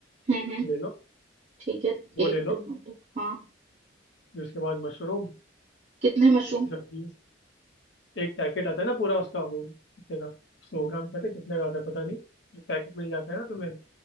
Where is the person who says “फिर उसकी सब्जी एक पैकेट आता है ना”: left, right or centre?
Left